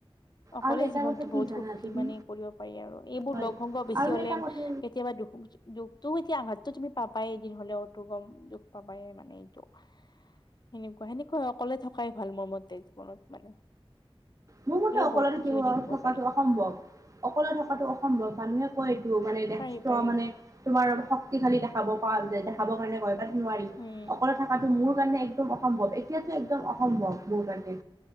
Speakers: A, on the left (about 45°); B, on the right (about 35°).
A: অকলে
B: আৰু এটা
A: জীৱনটো
B: কথা কি
A: বহুত‌
B: জানা
A: সুখী
B: তুমি
A: মানে কৰিব পাৰি আৰু এইবোৰ
B: হয়
A: লগ সংগ বেছি
B: আৰু
A: হলে
B: এটা কথা
A: কেতিয়াবা দুখ দুখটো তিয়া আঘাতটো তুমি পাবাই এদিন হলেওটো গম দুখ পাবাই মানে এইটো সেনেকুৱা সেনেকুৱা অকলে থকাই ভাল মোৰ মতে জীৱনত মানে।
B: মোৰ মতে অকলে
A: বহুত সুখী
B: থাকিব
A: হৈ
B: থকাটো
A: পাৰি
B: সম্ভৱ অকলে থকাটো অসম্ভৱ, মানুহে কয় এইটো মানে
A: পাৰি
B: এক্সট্ৰ
A: পাৰি
B: মানে তোমাৰ অলপ শক্তিশালী দেখাব পাৰা যে দেখাবৰ কাৰণে হয় বাট নোৱাৰিম,
A: উম
B: অকলে থাক কাটো মোৰ কাৰণে একদম অসম্ভৱ এতিয়াতো একদম অসম্ভৱ মোৰ কাৰণে